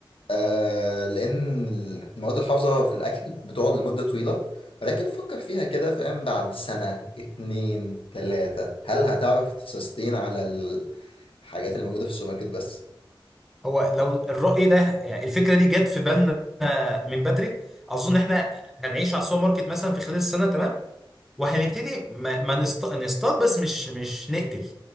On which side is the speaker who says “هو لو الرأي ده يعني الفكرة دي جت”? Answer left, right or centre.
Centre